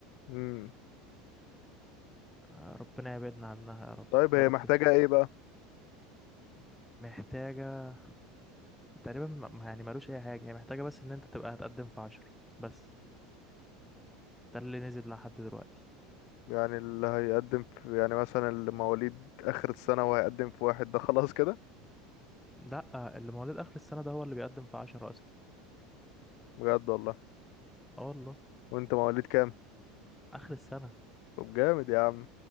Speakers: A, on the left; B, in the centre.
A: امم
B: آه، ربنا يبعدنا عنها يا رب
A: طيب هي
B: يا رب
A: محتاجه
B: نشوف
A: ايه بقى
B: محتاجة تقريبا ما- ما- يعني مالوش اي حاجة هي محتاجة بس ان انت تبقى هتقدم في عشرة بس ده اللي نزل لحد دلوقتي
A: يعني اللي هيقدم في يعني مثلا اللي مواليد اخر السنه وهيقدم في واحد ده خلاص كده
B: لا اللي مواليد اخر السنة ده هو اللي بيقدم في عشرة اصلا
A: بجد والله
B: اه والله
A: وانت مواليد كام
B: اخر السنة
A: طب جامد يا عم